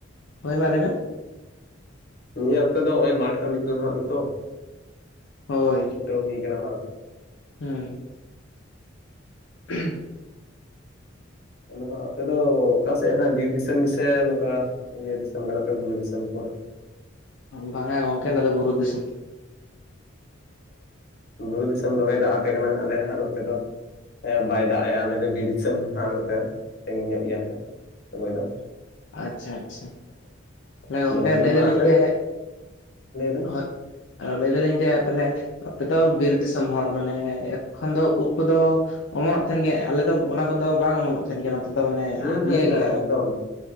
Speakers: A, on the left; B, on the left.
A: ᱦᱳᱭ ᱢᱟ ᱞᱟᱹᱭ ᱢᱮ
B: ᱱᱤᱭᱟᱹ ᱚᱠᱛᱚ ᱫᱚ ᱱᱚᱜ-ᱚᱭ ᱢᱟᱴᱷ ᱠᱟᱹᱢᱤ ᱠᱚ ᱦᱟᱸᱜ ᱜᱮᱛᱚ,
A: ᱦᱳᱭ
B: ᱯᱩᱨᱟᱹᱣ ᱦᱩᱭ ᱠᱟᱱᱟ ᱵᱟᱝ?
A: ᱦᱩᱸ᱾ <inaudible>
B: ᱟᱫᱚ ᱦᱟᱸᱜ ᱟᱯᱮ ᱫᱚ ᱚᱠᱟ ᱥᱮᱫ ᱦᱟᱸᱜ ᱵᱤᱨ ᱫᱤᱥᱚᱢ ᱜᱮᱥᱮ ᱱᱚᱝᱠᱟ ᱤᱭᱟᱹ ᱫᱤᱥᱚᱢ ᱠᱟᱱᱟᱯᱮ ᱵᱩᱨᱩ ᱫᱤᱥᱚᱢ ᱠᱚ ᱦᱟᱜ?
A: ᱵᱟᱝᱟ ᱜᱚᱝᱠᱮ ᱟᱞᱮ ᱫᱚ ᱵᱩᱨᱩ ᱫᱤᱥᱚᱢ᱾
B: ᱚ ᱵᱩᱨᱩ ᱫᱤᱥᱚᱢ ᱫᱚᱢᱮ ᱫᱟᱜ ᱟᱯᱮ ᱠᱟᱱᱟ ᱟᱞᱮ ᱦᱟᱸᱜ ᱱᱚᱛᱮ ᱫᱚ ᱦᱮᱸ ᱵᱟᱭ ᱫᱟᱜ ᱮᱜ-ᱟ ᱟᱞᱮ ᱫᱚ ᱵᱤᱨ ᱫᱤᱥᱚᱢ ᱦᱟᱸᱜ ᱱᱚᱛᱮ, ᱥᱟᱺᱜᱤᱧ ᱧᱚᱜ ᱜᱮᱭᱟᱞᱮ ᱦᱟᱸᱜ ᱨᱚᱦᱚᱭ ᱫᱚ᱾
A: ᱟᱪᱪᱷᱟ, ᱟᱪᱪᱷᱟ᱾ ᱛᱟᱦᱚᱞᱮ ᱜᱚᱝᱠᱮ
B: <unintelligible> ᱫᱚ
A: ᱞᱟᱹᱭ
B: ᱦᱟᱸᱜ
A: ᱫᱟᱞᱤᱧ
B: ᱟᱞᱮ
A: ᱡᱮ
B: ᱵᱮᱱ
A: ᱦᱳᱭ ᱞᱟᱹᱭ ᱫᱟᱞᱤᱧ ᱡᱮ ᱛᱟᱦᱞᱮ ᱟᱯᱮ ᱫᱚ ᱵᱤᱨ ᱫᱤᱥᱚᱢ ᱦᱚᱲ ᱢᱟᱱᱮ ᱮᱠᱷᱚᱱ ᱫᱚ ᱩᱵᱽ ᱠᱚᱫᱚ ᱚᱢᱚᱱᱚᱜ ᱛᱮᱦᱮᱱ ᱜᱮᱭᱟ ᱟᱞᱮ ᱫᱚ ᱚᱱᱟ ᱠᱚᱫᱚ ᱵᱟᱝ ᱚᱢᱚᱱᱚᱜ ᱛᱟᱦᱮᱱ ᱜᱮᱭᱟ ᱱᱚᱛᱮ ᱫᱚ ᱢᱟᱱᱮ
B: ᱦᱮᱸ ᱦᱮᱸ
A: ᱤᱭᱟᱹ
B: ᱦᱮᱸ
A: ᱜᱮᱭᱟ᱾
B: ᱮᱠᱫᱚᱢ